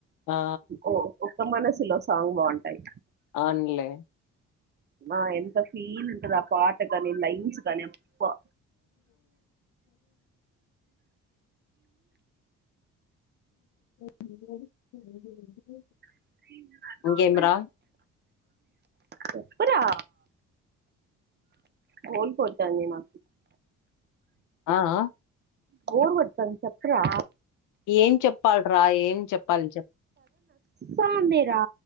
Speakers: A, on the left (about 90°); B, on the right (about 35°).
A: ఆ
B: ఓ మనసులో సాంగ్ బాగుంటాయి.
A: అవున్లే
B: ఆ ఎంత ఫీల్ ఉంటది. ఆ పాట కాని లైన్స్ గాని అబ్బా
A: <inaudible>
B: <unintelligible>
A: ఇంకేం రా
B: చెప్పరా కోల్పోత నేను
A: ఆ ఆ.
B: బోర్ కొడతాంది. చెప్పరా
A: ఏం చెప్పాల్ రాయే ఏం చెప్పాలి చెప్
B: సందిరా